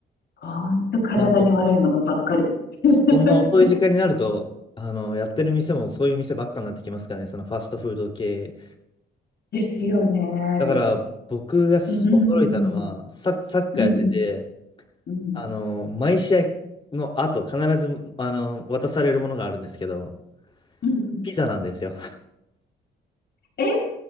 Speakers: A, on the left (about 60°); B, on the left (about 25°).
A: ほんと体に悪いものばっかり。
B: まあでも、そんな遅い時間になると、
A: <laughs>
B: あの、やってる店もそういう店ばっかになってきますからね、そのファストフード系。
A: ですよね。
B: だから、
A: で、
B: 僕がし驚いたのは、
A: うん、うん、
B: サ、サッカーやってて、
A: うん、うん、うん、
B: あの、毎試合の後、必ず、あの、渡されるものがあるんですけど、
A: うん。
B: ピザなんですよ。
A: え